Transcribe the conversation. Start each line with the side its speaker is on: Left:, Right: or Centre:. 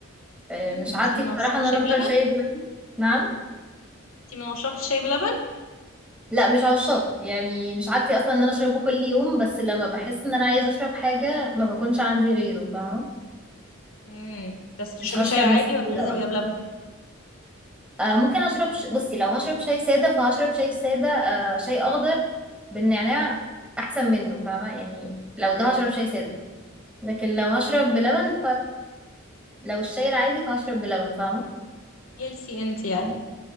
Centre: آه،
Left: امم
Centre: مش
Left: انتي
Centre: عادتي
Left: من
Centre: بصراحة
Left: عشاق
Centre: ان
Left: الشاي
Centre: انا افطر
Left: بلبن
Centre: شاي بلبن نعم
Left: انتي من عشاق الشاي بلبن
Centre: لا مش عشاق يعني مش عادتي اصلا ان انا اشربه كل يوم بس لما بحس ان انا عايزة اشرب حاجة ما بكونش عندي غيره فاهمة
Left: امم بس تشربي
Centre: مش هشرب
Left: شاي عادي
Centre: نسكافيه
Left: ولا لازم
Centre: او قهوة.
Left: يبقى بلبن
Centre: آه ممكن اشرب ش... بصي لو هشرب شاي سادة فهشرب شاي سادة آه شاي اخضر بالنعناع احسن منه فاهمة يعني لو ده هشرب شاي سادة لكن لو هشرب بلبن فلو الشاي العادي فهشرب بلبن فاهمة
Left: هيلسي انتي يعني